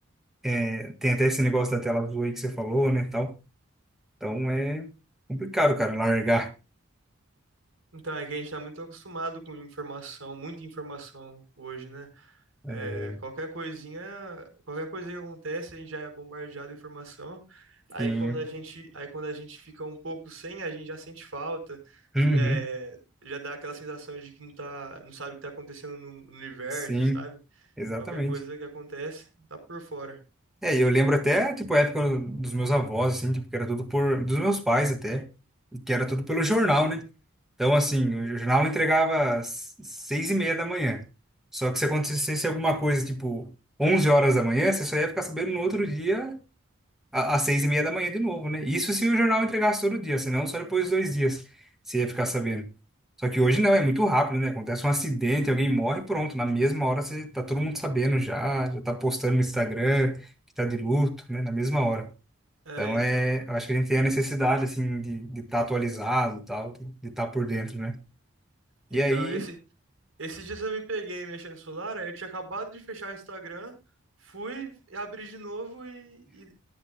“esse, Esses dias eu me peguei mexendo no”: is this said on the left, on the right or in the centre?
Right